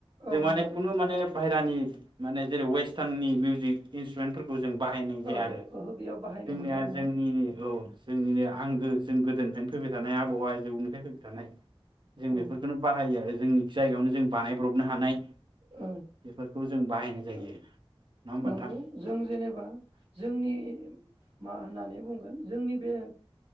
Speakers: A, on the right (about 85°); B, on the right (about 55°).
A: औ
B: जों माने
A: नंगौ
B: खुनु माने बाहाय दानि माने जेरै वेस्टार्नि मिउजिक इन्सट्रुमेन्ट फोर खौ जों बाहायनाय जाया
A: औ
B: आरो
A: ओहो बेयाव बाहायनो
B: जोंनिया
A: मोननाय नङा
B: जोंनि
A: औ
B: औ जोंनिनो आंगो जों गोदोनिफायनो थानाय आबौ आजौनिफ्राय फैबाय थानाय जों
A: औ
B: बेफोरखौनो बाहायो आरो जोंनि जायगायावनो जों बानायब्रबनो हानाय
A: औ
B: बेफोरखौ जों बाहायनाय जायो
A: औ
B: नङा होमबा
A: नंगौ
B: नोंथां
A: जों जेनेबा जोंनि मा हो ननानै बुंगोन जोंनि बे